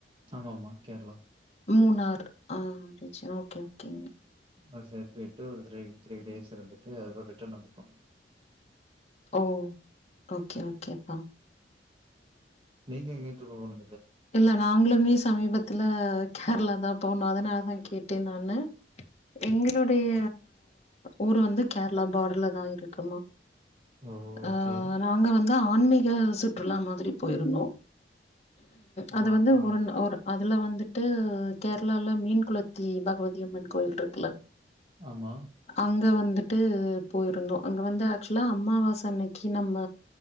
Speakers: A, on the right; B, on the left.
A: ஆமா ஆமா கேர்ளா
B: மூணார் ஆ <unintelligible> ஓகே ஓகேங்
A: அ ச பேயிட்டு ஒருதர த்ரீ டேஸ் இருந்துட்டு அதுற ரிட்டர்ன் வந்துட்டோ
B: ஓ ஓகே ஓகே அப்பா
A: நீங்க எங்கட்டு இரு போணு
B: இல்ல நாங்களுமே சமீபத் த்துல கேரளா தான் போணு அதனாலதான் கேட்டேன் நானு எங்களுடைய ஊர் வந்து கேரளா பாடர்ல தா இருக்குமா
A: ஓ ஓகே
B: ஆ நாங்க வந்து ஆன்மீக சுற்றுலா மாதிரி போயிருந்தோ அது
A: ஆ
B: வந்து
A: ஆ
B: ஒரு நா ஒரு அதுல வந்துட்டு கேரளால மீன் குளத்தி பகவதி அம்மன் கோயில் இருக்குல்ல
A: ஆமா
B: அங்க வந்துட்டு போயிருந்தோ அங்க வந்து ஆக்சுலா அம்மாவாச அன்னைக்கி நம்ம